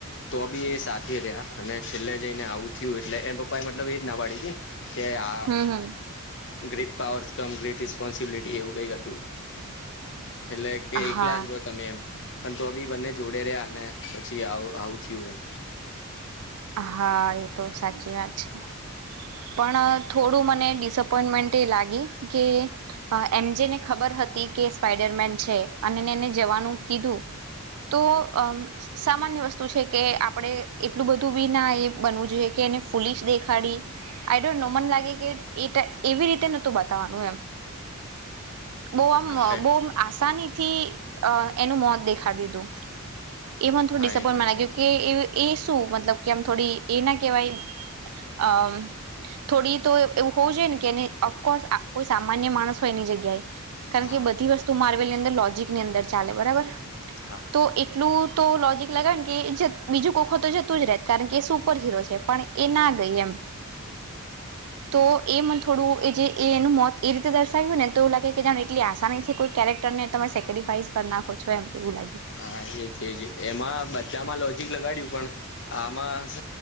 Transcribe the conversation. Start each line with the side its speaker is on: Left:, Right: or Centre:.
Left: તો બી એ સાથે રહ્યા અને છેલ્લે જઈને આવું થયું એટલે એમ પપ્પા એ મતલબ એજ ના પાડી હતી. કે આ
Right: હમ હમ
Left: great powers come great responsibility એવું કઈક હતું. એટલે કે એકલા
Right: હા
Left: જ રહો તમે એમ પણ તો બી બંને જોડે રહ્યા પછી આવું થયું એમ
Right: હા એ તો સાચી વાત છે પણ થોડું મને ડિ ડીસઅપોઇન્ટમેન્ટ એ લાગી કે એમ જેને ખબર હતી કે સ્પાઈડરમેન છે. એને જવાનું કીધું તો સામાન્ય વસ્તુ છે કે આપડે એક એટલું બધું બી ના એ બનવું જોઈએ કે એને ફૂલીશ દેખાડી આઈ ડોન્ટ નો મન લાગે કે એ એવી રીતે નતું બતાવાનું એમ બહુ
Left: હા
Right: આમ-અ
Left: કે
Right: બહુ આસાનીથી અ-એનું મોત દેખાડ દીધું. એ મન થોડું
Left: હા
Right: ડિસપોઈન્ટમા
Left: એ તો
Right: લાગ્યું
Left: છે
Right: કે એ-એ શું મતલબ કે આમ થોડી એ ના કહેવાય અમ થોડી તો એવું હોવું જોઈએ ને કે એ ઓફકોર્સ કોઈ સામાન્ય માણસ હોય એની જગ્યાએ કારણ
Left: હા
Right: કે બધી વસ્તુ માર્વેલની અંદર લોજીકની અંદર ચાલે બરાબર
Left: હા
Right: તો એક એટલું તો લોજિક લાગે ને કે બીજું કોખો તો જતું જ રહે, કારણ કે એ સુપર હિરો છે, પણ એ ના ગઈ એમ તો એ મને થોડું એ જે એ એનું મોત એ રીતે દર્શાવ્યું હોય ને તો એવ લાગે કે જાણે એટલી આસાનીથી કોઈ કેરેક્ટર ને તમે સેક્રીફાઈસ કર નાખો છો એમ એવું લાગ્યું
Left: હા એ જ એ છે એમાં બધામાં લોજીક લગાડ્યું પણ આમાં હ